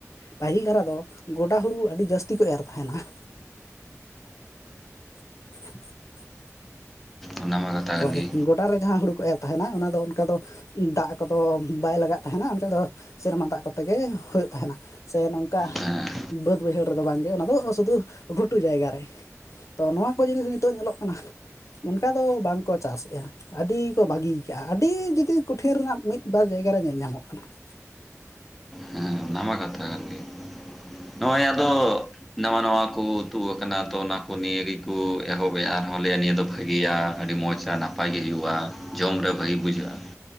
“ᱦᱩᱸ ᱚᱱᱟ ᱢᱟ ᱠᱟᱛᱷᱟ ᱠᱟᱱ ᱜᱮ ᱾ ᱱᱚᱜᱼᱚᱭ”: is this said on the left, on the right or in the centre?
Centre